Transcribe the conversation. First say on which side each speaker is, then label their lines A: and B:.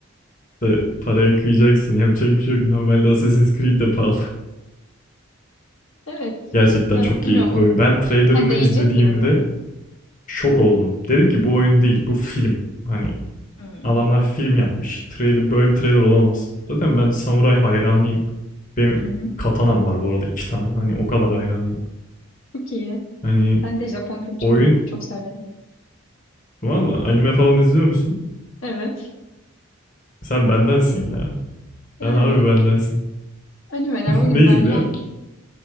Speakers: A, on the left (about 40°); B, on the left (about 70°).
A: İşte paraya kıyacaksın. Yapacak bir şey yok. Normalde Assassin's Creed de pahalı.
B: Evet.
A: <laughs> Gerçekten
B: Ya
A: çok
B: bilmiyorum.
A: keyifli
B: o-
A: bir oyun. Ben trailerını
B: Ha değecek
A: izlediğimde
B: gibi mi?
A: şok oldum. Dedim ki bu oyun değil, bu film. Hani
B: Hmm.
A: Adamlar film yapmış. Trailer böyle bir trailer olamaz. Zaten ben samuray hayranıyım. Benim
B: Hı hı.
A: katanam var bu arada iki tane. Hani o kadar hayranıyım.
B: Çok iyi.
A: Hani
B: Ben de Japon kültürünü
A: oyun
B: çok severim.
A: valla anime falan izliyor musun?
B: Evet.
A: Sen bendensin ya.
B: Yani
A: Sen harbi bendensin.
B: animeler,
A: <laughs>
B: oyunlar
A: Ne izleyen?
B: yani.